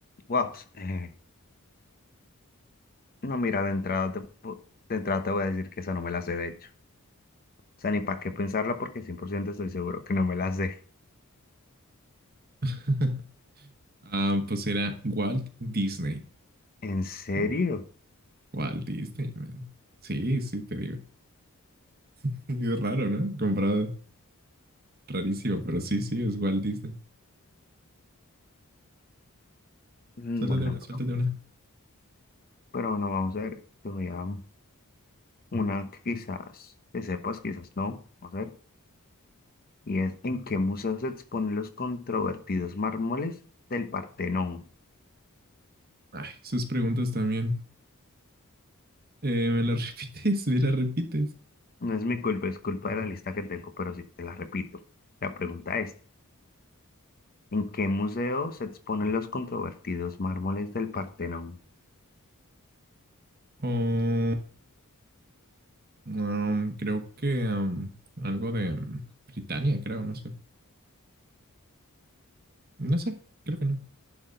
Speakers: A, on the left (about 40°); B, on the right (about 45°).
A: wow. eh, no, mira, de entrada te, pu- de entrada te voy a decir que esa no me la sé, de hecho. O sea, ni para qué pensarla porque 100% estoy seguro que no me la sé.
B: <laughs> Ah, pues era Walt Disney.
A: ¿En serio?
B: Como Walt Disney, man. Sí, sí, te digo. <laughs> Es raro, ¿no? Comprado. Rarísimo, pero sí, sí, es Walt Disney.
A: Mm,
B: Suéltate
A: Bueno,
B: una,
A: pero,
B: suéltate una.
A: pero bueno, vamos a ver. Te voy a una que quizás te sepas, quizás no. Vamos a ver. Y es ¿en qué museo se exponen los controvertidos mármoles del Partenón?
B: Ay, sus preguntas también. Eh, ¿me las <laughs> repites? ¿Me las repites?
A: No es mi culpa, es culpa de la lista que tengo, pero sí, te la repito. La pregunta es, ¿En qué museo se exponen los controvertidos mármoles del Partenón?
B: Oh, Um, creo que um, algo de um, Britania, creo, no sé. No sé, creo que no.